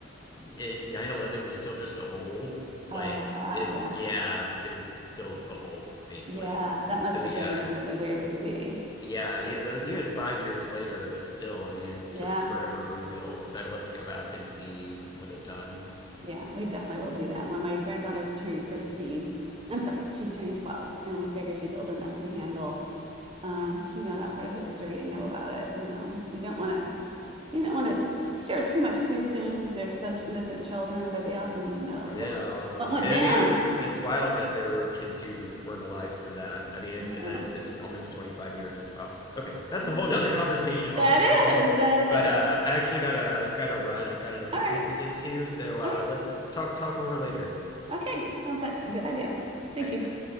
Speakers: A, on the left (about 20°); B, on the right (about 30°).
A: it, 9/11 was still just a hole. Like
B: Oh, wow.
A: it will
B: Yeah.
A: yeah, it was still a hole basically.
B: Yeah. That
A: So
B: must
A: yeah,
B: have been really weird to see.
A: Yeah, and
B: Kind
A: it,
B: of.
A: that was even five years later, but still, I mean, it
B: Yeah.
A: took forever to rebuild, so I'll have to go back and see what they've done.
B: Yeah. We definitely will do that. When my granddaughter's turning 13, I'm sorry, she's turning 12, and we figure she's old enough to handle, um, you know, that part of history and know about it. You know, you don't want to, you don't want to share too much too soon because they're such innocent children, but they also need to know
A: No,
B: what, what went
A: and
B: down.
A: I mean, it was
B: huh?
A: it's wild that there were kids who weren't alive for that. I mean, it's,
B: I
A: that's
B: know.
A: been almost 25 years. Wow. Okay, that's
B: Yeah.
A: a whole nother conversation on
B: That
A: its own.
B: is, that
A: But uh,
B: is.
A: I actually got a got to run. I've got an appointment
B: All right.
A: to get to, so uh,
B: All right.
A: let's talk talk more later.
B: Okay. Sounds like a good idea. Thank
A: All right,
B: you.
A: bye.